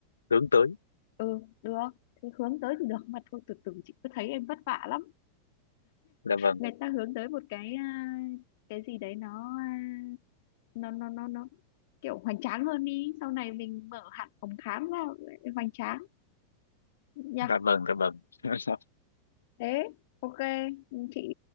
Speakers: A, on the left (about 75°); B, on the left (about 50°).
A: hướng tới
B: ừ được thế hướng tới thì được mà thôi từ từ chị cứ thấy em vất vả lắm
A: dạ vâng
B: người ta hướng tới một cái à, cái gì đấy nó à, nó nó nó nó kiểu hoành tráng hơn đi sau này mình mở hẳn phòng khám ra hoành tráng nha
A: dạ vâng dạ vâng <laughs>
B: thế ok chị